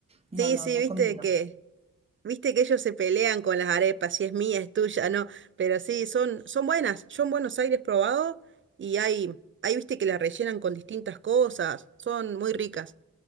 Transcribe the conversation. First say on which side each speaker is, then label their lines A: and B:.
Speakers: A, on the right; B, on the right.
A: no,
B: Sí,
A: no,
B: sí,
A: no he
B: viste
A: comido.
B: que, viste que ellos se pelean con las arepas, si es mía, es tuya, no, pero sí, son, son buenas. Yo en Buenos Aires he probado y hay, hay, viste que las rellenan con distintas cosas, son muy ricas.